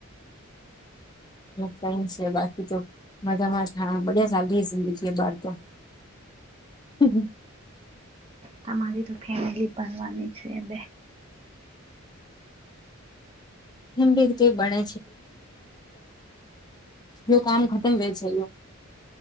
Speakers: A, on the left; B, on the right.
A: ક છે બાકી તો મજામાં હા બ સિીજી બાર તો. હમ.
B: તમારી તો ફેમિલી ભરવાની છે બે
A: <unintelligible> <unintelligible> યા જો કામ ખતમ હો છે.